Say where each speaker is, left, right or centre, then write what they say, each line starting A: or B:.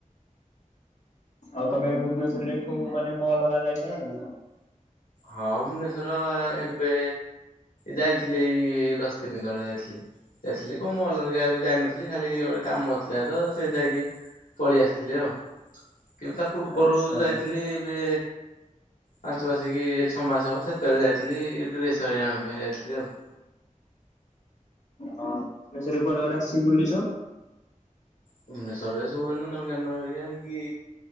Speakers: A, on the left; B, on the left.
A: ଆଉ ତମେ ଭୁବନେଶ୍ରରେ କୋଉ ମାନେ ମହଲ ରେ ଯାଇଛ ନା ନାଇ
B: ହଁ ଭୁବନେଶ୍ର ର ଏବେ ଯାଇଥିଲଥିଲେ ଏଇ ଦଶ ଦିନି ତଳେ ଯାଇଥିଲି ଯାଇଥିଲି କମ ଅଲଗା ଯାଇନଥିଲି ଖାଲି ଗୋଟେ କାମଥିଲା ତ ସେ ଯାଇକି ପଳେଇ ଆସିଥିଲେ ଆଉ କି ତା ପୂର୍ବରୁ
A: ଆଚ୍ଛା।
B: ଯାଇଥିଲି ଏବେ ପାଞ୍ଚ ଆସିକି ମାସ ହବ ସେତେବେଳେ ଯାଇଥିଲି ସରିଆ ଆଣିବା ପାଇଁ ଯାଇଥିଲି ଆଉ
A: ହ କୁଆଡେଡେ ଆସି ବୁଲିଚ
B: ଭୁବନେଶ୍ୱରରେ ସବନନ୍ଦନକାନନ ହରିକା କି